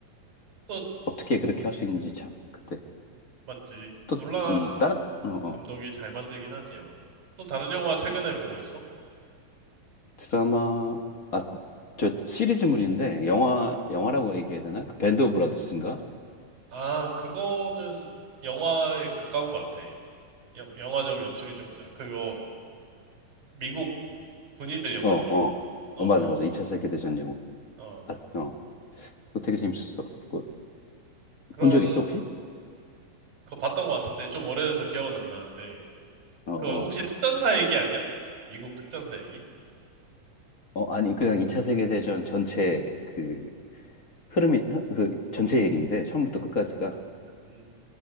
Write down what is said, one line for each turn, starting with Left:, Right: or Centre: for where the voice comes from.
Right: 또
Left: 어떻게 그렇게 할 수 있는지 참 그때.
Right: 맞지.
Left: 또,
Right: 놀란
Left: 음, 다른 어, 어.
Right: 감독이 잘 만들긴 하지 영화. 또 다른 영화 최근에 본 거 있어?
Left: 드라마 아, 저 시리즈물인데 영화 영화라고 얘기해야 되나? 그 밴드 오브 브라더스인가?
Right: 아, 그거는 영화에 가까운 것 같아. 영, 영화적 연출이 좀 있잖아. 그거 미국 군인들 영화지.
Left: 어, 어.
Right: 어,
Left: 어,
Right: 어,
Left: 맞아, 맞아. 2차 세계대전 영화.
Right: 어.
Left: 아, 어. 그거 되게 재밌었어. 그거
Right: 그런
Left: 본 적 있어, 혹시?
Right: 거 봤던 것 같은데 좀 오래돼서 기억은 안 나는데
Left: 어, 어.
Right: 그거 혹시 특전사 얘기 아니야? 미국 특전사 얘기?
Left: 어, 아니, 그냥 2차 세계대전 전체 그 흐름이, 그 전체 얘기인데, 처음부터 끝까지가.
Right: 음.